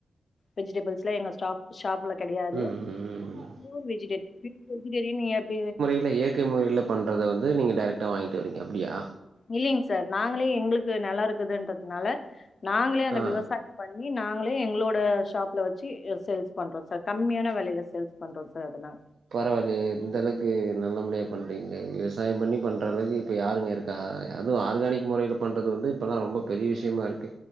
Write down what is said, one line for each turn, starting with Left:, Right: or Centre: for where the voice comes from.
Left: வெஜிடபிள்ஸ்லா எங்க ஸ்டாஃப் ஷாப்ல கெடையாது.
Right: ம் ம் ம்
Left: <inaudible>
Right: ம்.
Left: ப்யூர் வெஜிடெ <inaudible> வெஜிடேரியன் நீ எப்டி
Right: இல்ல இயற்கை முறையில பண்றத வந்து நீங்க டைரெக்டா வாய்ங்ட்டு வரிங்க அப்டியா?
Left: இல்லைங் சார் நாங்களே எங்களுக்கு நெலோ இருக்குதுன்றத்னால நாங்களே அந்த
Right: ஆ
Left: விவசாய பண்ணி நாங்ளே எங்ளோட ஷாப்ல வெச்சி எ சேல்ஸ் பண்றோ சார் கம்மியான வெலைல சேல்ஸ் பண்றோ சார் அத நா
Right: பரவாலையே இந்தளக்கு நல்ல முடியா பண்றிங்ளே விவசாயம் பண்ணி பண்றளவுக்கு இப்ப யாருங்க இருக் கா அது ஆர்கானிக் முறையில பண்றது வந்து இப்பெல்லா ரொம்போ பெரிய விஷ்யமாரு கு